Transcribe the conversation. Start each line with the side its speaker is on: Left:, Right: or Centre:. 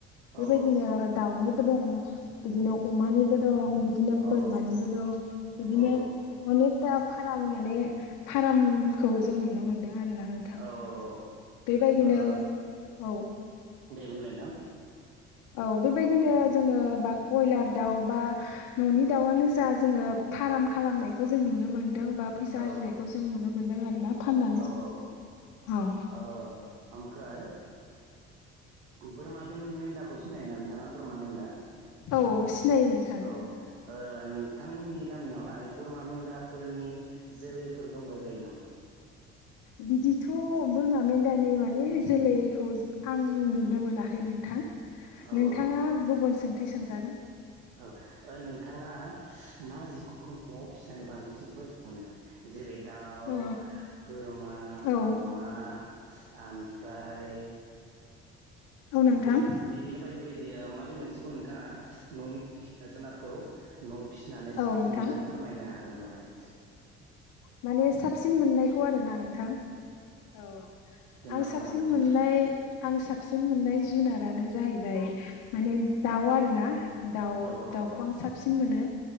Right: औ
Left: बेबायदिनो दाउनि दङ बिदिनो अमानिबो दं बिदिनो
Right: औ
Left: बोरमानिबो दं बिदिनो
Right: औ
Left: अनेकथा फार्म माने फार्मखौ जों नुनो मोनो आरोना नोंथां
Right: औ औ
Left: बेबायदिनो
Right: औ ओ
Left: औ
Right: दे बुंलाय नोंथां
Left: औ बेबायदिनो जोङो बा कयलार दाउ बा न'नि दाउआनो जा जोङो फार्म खालामनायखौ जों नुनो मोनो बा फैसा
Right: औ
Left: आरजिनायखौ जों नुनो मोन्दों आरोना फाननानै
Right: औ
Left: औ
Right: ओ ओमफ्राय बोरमा बे मेन्दाखौ सिनायोना नोंथाङा बोरमा मेन्दा
Left: औ सिनायो नोंथां
Right: औ नोंथांमोननि गामियावहाय बोरमा मेन्दा फोरनि जोलैफोर दंबाय बायो नामा
Left: बिदिथ बोरमा मेन्दानि माने जोलैखौ आं नुनो मोनाखै नोंथां नोंथाङा
Right: औ औ
Left: गुबुन सोंथि सोंजागोन
Right: औ नोंथाङा मा जिबखौ न'आव फिसिनानै बांसिन मोजां मोनो जेरै दाउ
Left: औ
Right: बोरमा
Left: औ
Right: अमा ओमफ्राय
Left: नोंथां
Right: दे बिदिनो बायदि बायदि माबे मोनसेखौ नोंथाङा न'नि सिब जुनारखौ न'वाव फिसिनानै साबसिन
Left: औ नोंथां
Right: मोनो फोरमायनो हागोन नामा एसे
Left: माने साबसिन मोननायखौ आरोना नों नोंथां औ आं
Right: माखौ
Left: साबसिन
Right: माखौ मोनो
Left: मोननाय आं साबसिन मोननाय जुनारानो जाहैबाय माने दाउ आरोना दाउ
Right: औ
Left: दाउखौ आं साबसिन मोनो